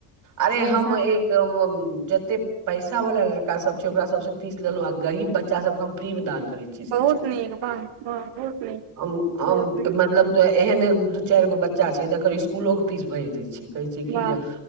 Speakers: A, on the right; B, on the right.
A: अरे हम
B: सएह
A: एक
B: ने
A: जते पैसा वाल लड़का सब छैय ओकरा सब से फीस लेलौ आ गरीब बच्चा सब के हम फ्री में दान करय
B: बहुत नीक वाह वाह बहुत नीक
A: हम हम
B: ओके
A: तऽ मतलब एहन ए दू चारि गो बच्चा छैय तकर इसकुलोे फीस भरि दै छी कहै छी कि
B: वाह
A: जे